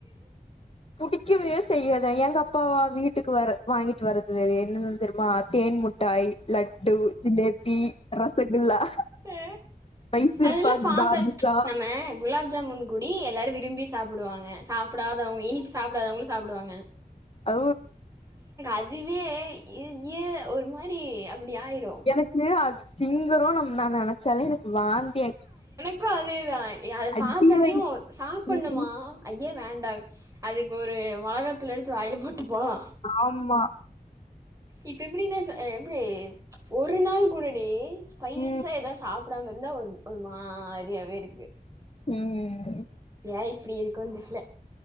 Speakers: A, on the left (about 40°); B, on the right (about 20°).
A: புடிக்கவே செய்யா வெ எங்க அப்பாவா வீட்டுக்கு வர வாங்கிட்டு வர்றது வேற என்னென்னனு தெரியுமா தேன் முட்டாயி லட்டு ஜிலேப் பி ரசகுல்லா
B: மே
A: மைசூர்பாக்
B: அதெல்லா பாத்தே
A: பாதுஷா
B: நம்ம குலாப் ஜாமுன் குடி எல்லாரு விரும்பி சாப்டுவாங்க சாப்டாதவங்க இனிப்பு சாப்டாதவங்களுக்கு சாப்டுவாங்க
A: ஓ
B: அதுவே இ ஜீய ஒரு மாரி அப்டி ஆயிரும்.
A: எனக்கு அது திங் எதோ ஒன்னுதா நெனைச்சே எனக் வாந்தி
B: கு அதே தான் எ அத
A: அடி
B: பாத்தோன்யு சாப்டணுமா
A: வாங்கிருக்கே
B: ஐயோ வே காண்டாகு அதுக்கு ஒரு மொளகா வத்தல எடுத்து வாயில போட் டுட்டா
A: ஆமா
B: இப்ப எப்டினா எப்டி ஒரு நாள் கூடடி ஸ்பைஸா
A: ம்
B: எதா சாப் ப்டாம இருந்தா ஒரு ஒரு மாரியாவே இருக்கு
A: உம் உம்
B: ஏ இப்டி இருக்கோன் தெர்ல